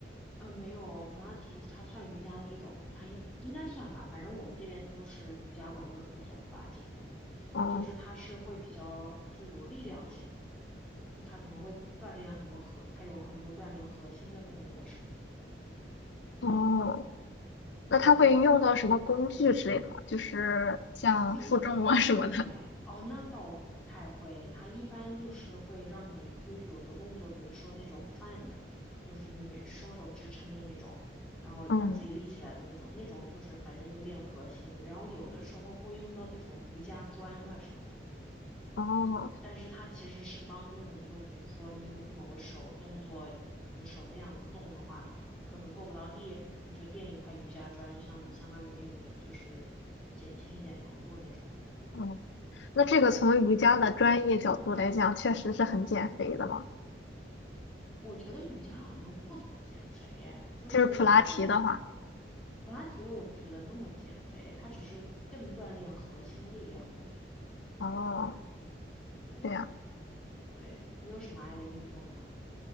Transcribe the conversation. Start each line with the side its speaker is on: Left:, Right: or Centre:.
Centre: 呃，没有，普拉提它算瑜伽的一种，它应应该算吧，反正我们这边都是瑜伽馆都是可以做普拉提的，
Left: 嗯
Centre: 就是它是会比较就有力量型的。就他可能会锻炼很多核，他有很多锻炼核心的动作什么的。
Left: 哦，那它会用到什么工具之类的吗？
Centre: 嗯，
Left: 就是像负重啊什么的。
Centre: 不一定哎。哦，那倒不太会。他一般就是会让你有有的动作，比如说那种 plank，就是你双手支撑的那种，然后把自己立起来的那种，
Left: 嗯
Centre: 那种就是反正就是练核心。然后有的时候会用到那种瑜伽砖啊什么的。
Left: 哦。
Centre: 但是它其实是帮助你，就比如说你某个手动作，可能手那样动的话，可能够不到地，你就垫一块瑜伽砖，相相当于给你就是减轻一点难度那种。
Left: 哦那这个从瑜伽的专业角度来讲，确实是很减肥的嘛。
Centre: 我觉得瑜伽好像不怎么减肥，哎，就是感觉
Left: 就是普拉提的话，
Centre: 普拉提我也不觉得那么减肥，它只是更锻炼核心力量，感觉。
Left: 哦，
Centre: 对
Left: 这样。
Centre: 对，你有什么爱的运动吗？